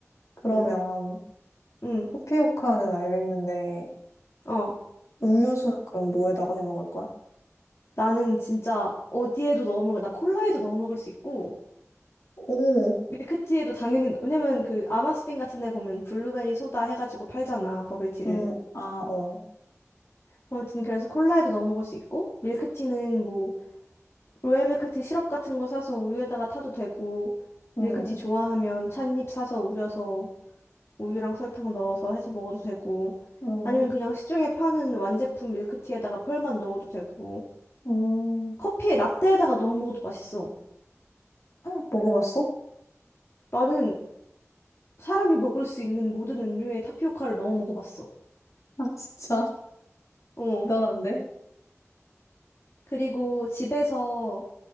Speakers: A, on the left; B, on the left.
A: 그러면.
B: 응, 응,
A: 타피오카는 알겠는데,
B: 어.
A: 음료수는 그럼 뭐에다가 해 먹을 거야?
B: 나는 진짜 어디에도 넣어 먹을, 나 콜라에도 넣어 먹을 수 있고,
A: 오,
B: 밀크티에도 당연히 왜냐면 그 아마스빈 같은 데 보면 블루베리 소다 해가지고 팔잖아 버블티를
A: 음, 아, 어,
B: 아무튼 그래서 콜라에도 넣어 먹을 수 있고 밀크티는 뭐 로얄 밀크티 시럽 같은 거 사서 우유에다가 타도 되고
A: 음,
B: 밀크티 좋아하면 찻잎 사서 우려서 우유랑 설탕 넣어서 해서 먹어도 되고
A: 음,
B: 아니면 그냥 시중에 파는 완제품 밀크티에다가 펄만 넣어도 되고
A: 음.
B: 커피에 라떼에다가 넣어 먹어도 맛있어
A: 헉, 먹어봤어?
B: 나는 사람이 먹을 수 있는 모든 음료에 타피오카를 넣어 먹어봤어
A: 아, 진짜,
B: 어
A: 대단한데?
B: 그리고 집에서